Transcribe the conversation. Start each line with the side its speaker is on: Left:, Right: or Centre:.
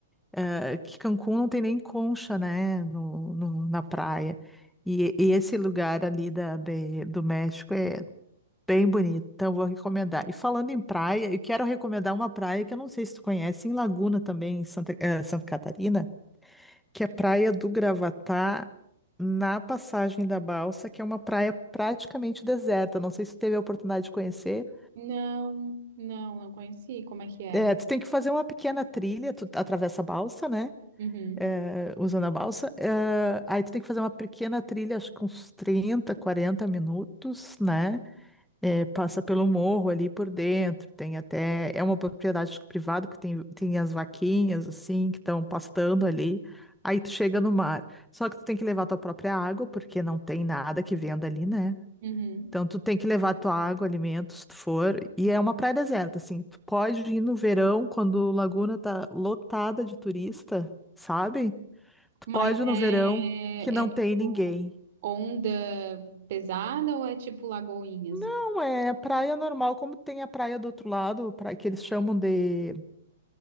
Centre: eh, que Cancún não tem nem concha, né, no, no- na praia. E, e esse lugar ali da, de- do México é Bem bonita, então eu vou recomendar. E falando em praia, eu quero recomendar uma praia que eu não sei se tu conhece, em Laguna também, em Santa, eh, Santa Catarina, que é a Praia do Gravatá, na Passagem da Balsa, que é uma praia praticamente deserta. Não sei se tu teve a oportunidade de conhecer.
Right: Não, não, não conheci. Como é que é?
Centre: É, tu tem que fazer uma pequena trilha, tu atravessa a balsa, né?
Right: Uhum,
Centre: É, usando a balsa. É, aí tu tem que fazer uma pequena trilha, acho que uns 30 40 minutos, né? É, passa pelo morro ali por dentro, tem até. É uma propriedade acho que privada, porque tem, tem as vaquinhas, assim, que estão pastando ali. Aí tu chega no mar. Só que tu tem que levar tua própria água, porque não tem nada que venda ali, né?
Right: uhum.
Centre: Então tu tem que levar tua água, alimentos, se tu for. E é uma praia deserta, assim. Tu pode ir no verão, quando Laguna tá lotada de turista, sabe? Tu
Right: Mas
Centre: pode ir no
Right: é,
Centre: verão que não
Right: é
Centre: tem
Right: tipo
Centre: ninguém.
Right: onda pesada ou é tipo lagoinha,
Centre: Não,
Right: assim?
Centre: é praia normal, como tem a praia do outro lado, praia que eles chamam de